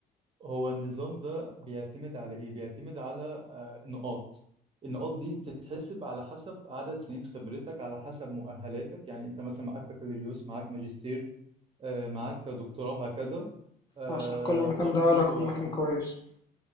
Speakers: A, on the right; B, on the left.
A: هو النظام ده بيعتمد على ايه؟ بيعتمد على آه، نقاط النقاط دي بتتحسب على حسب عدد سنين خبرتك على حسب مؤهلاتك يعني انت مثلا معاك بكالوريوس معاك ماجستير آه، معاك دكتوراه وهكذا آه،
B: مصر كل مكان
A: برضو
B: ده لك
A: اه
B: مكان كويس